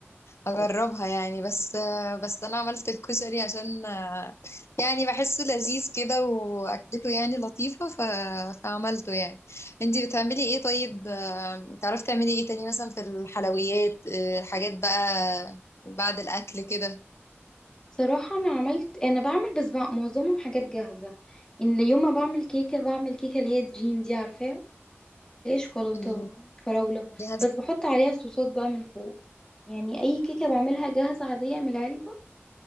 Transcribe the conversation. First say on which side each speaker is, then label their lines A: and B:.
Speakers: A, on the left (about 70°); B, on the left (about 15°).
A: اجربها يعني بس بس انا عملت الكشري عشان آه، يعني بحسه لذيذ كده واكلته يعني لطيفه ف... فعملته يعني انتي بتعملي ايه طيب آه، تعرفي تعملي ايه تاني مثلا في الحلويات آه، الحاجات بقى بعد الاكل كده
B: صراحة أنا عملت أنا بعمل بس بع- معظمهم حاجات جاهزة إن يوم ما بعمل كيكة بعمل كيكة اللي هي دريم دي عارفاها اللي هي شوكولاتة
A: أمم،
B: فراولة
A: ليها
B: بس
A: ز-
B: بحط عليها صوصات بقى من فوق يعني أي كيكة بعملها جاهزة عادية من العلبة